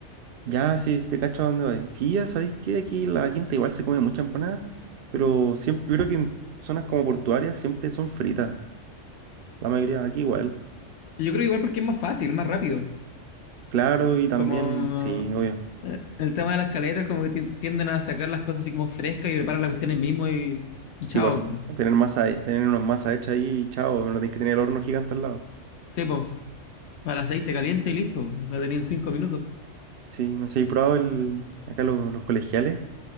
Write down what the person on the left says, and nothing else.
Y Yo creo que igual porque es más fácil, más rápido.
Como
Eh, El tema de las caletas como que ti- tienden a sacar las cosas así como frescas y preparan la cuestión ahí mismo y, y chao,
po.
sí, para el aceite caliente y listo, la tenía en cinco minutos.